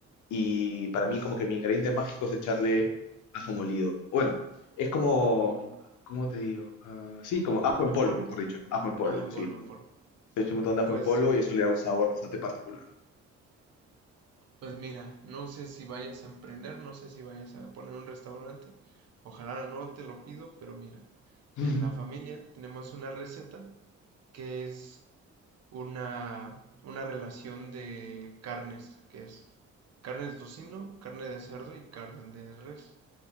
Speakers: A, on the left; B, on the right.
A: y para
B: Ajá.
A: mí como que mi ingrediente mágico es echarle ajo molido. Bueno, es como,
B: Ajo, mole.
A: ¿cómo te digo? Ah, sí, como ajo en
B: ¿En
A: polvo,
B: polvo?
A: mejor dicho. Ajo en polvo,
B: Ajá, en
A: sí.
B: polvo, en polvo.
A: Le echo un montón de ajo
B: Pues,
A: en polvo y eso le da un sabor bastante particular.
B: pues mira, no sé si vayas a emprender, no sé si vayas a poner un restaurante. Ojalá no te lo pido, pero mira,
A: <laughs>
B: en
A: Ujú.
B: la familia tenemos una receta que es una, una relación de carnes, que es carne de tocino, carne de cerdo y carne de res.